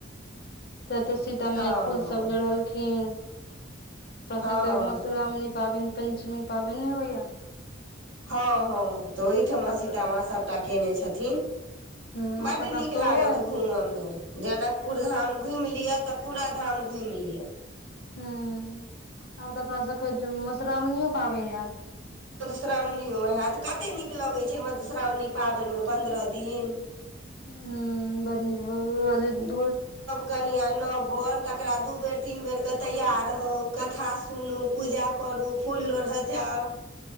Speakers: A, on the left; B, on the right.
A: त ते सीता मैया
B: हँ
A: फूल
B: हँ
A: सब लोढ़लखिन <unintelligible> पाबनि
B: हँ
A: पञ्चमी पाबन नहि हो य
B: हँ हँ तऽ ओहिठमा सीताामाँ
A: तऽ
B: सभटा कयने छथिन
A: ह
B: बड
A: आब तऽ अपना
B: नीक
A: सबके
B: लागत
A: ओहो हैत
B: घूमयमे जनकपुर धाम घुमि लिअ तऽ पूरा धाम घुमि लिअ
A: हू आब तऽ अपनासभके मधुश्रावणियो पाबनि हाएत
B: मधुश्रावणियो होयत कते नीक लगैत छै मधुश्रावणी पाबनिमे पन्द्रह दिन
A: <unintelligible> <unintelligible>
B: कनिआ नओ भर तकरा दू बेर तीन बेरके तैयार रहउ कथा सुनू पूजा करू फूल लोढ़ऽ जाउ